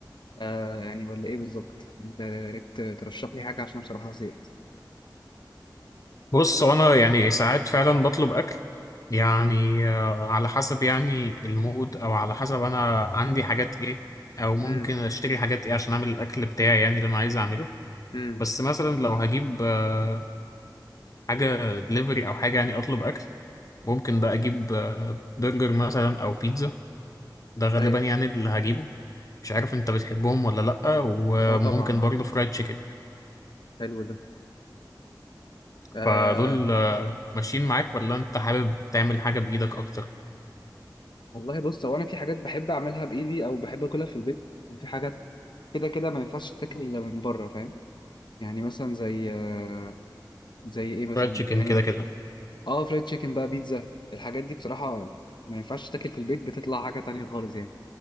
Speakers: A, on the left; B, on the left.
A: آه يعني ولا ايه بالظبط يعني انت يا ريت ترشح لي حاجه عشان بصراحه زهقت
B: بص انا يعني ساعات فعلا بطلب اكل يعني
A: امم
B: آه، على حسب يعني المود او على حسب انا عندي حاجات ايه او ممكن
A: امم
B: اشتري حاجات ايه عشان اعمل الاكل بتاعي يعني اللي انا عايز اعمله
A: امم
B: بس مثلا لو هجيب آه، حاجة دليفري او حاجة يعني اطلب اكل ممكن بقى اجيب آه، برجر مثلا او بيتزا ده غالبا
A: ايوه
B: يعني اللي هجيبه مش عارف انت بتحبهم ولا لأ وممكن
A: اه طبعا اه
B: برضه فرايد تشيكن
A: حلو ده آه
B: فدول آه، ماشيين معاك ولا انت حابب تعمل حاجة بايدك اكتر
A: والله بص هو انا في حاجات بحب اعملها بايدي او بحب اكلها في البيت وفي حاجات كده كده ما ينفعش تتاكل الا من بره فاهم يعني مثلا زي آه، زي ايه مثلا
B: فرايد تشيكن
A: يعني
B: كده كده
A: اه فرايد تشيكن بقى بيتزا الحاجات دي بصراحه ما ينفعش تتاكل في البيت بتطلع حاجه تانية خالص يعني